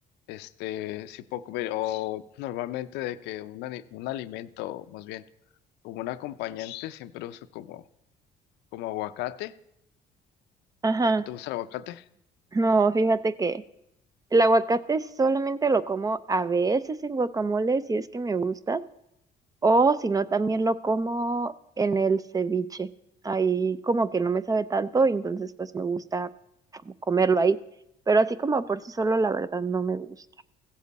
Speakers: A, on the left; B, on the right.
A: Este, sí puedo comer, o normalmente de que un, ali- un alimento, más bien, como un acompañante, siempre uso como, como aguacate.
B: Ajá.
A: ¿No te gusta el aguacate?
B: No, fíjate que el aguacate solamente lo como a veces en guacamole, si es que me gusta, o si no, también lo como en el ceviche. Ahí como que no me sabe tanto, entonces pues me gusta como comerlo ahí. Pero así como por sí solo, la verdad no me gusta.